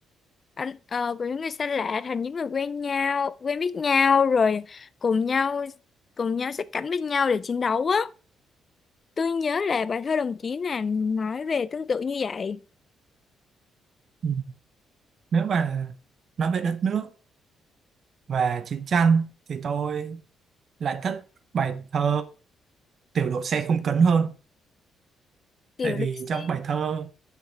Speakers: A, on the left; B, on the right.
A: anh ờ, của những người xa lạ thành những người quen nhau, quen biết nhau rồi cùng nhau cùng nhau sát cánh với nhau để chiến đấu á. Tôi nhớ là bài thơ đồng chí là nói về tương tự như vậy.
B: Ừ. Nếu mà nói về đất nước và chiến tranh thì tôi lại thích bài thơ Tiểu đội xe không cấn hơn.
A: Kiểu
B: Tại vì
A: được xem.
B: trong bài thơ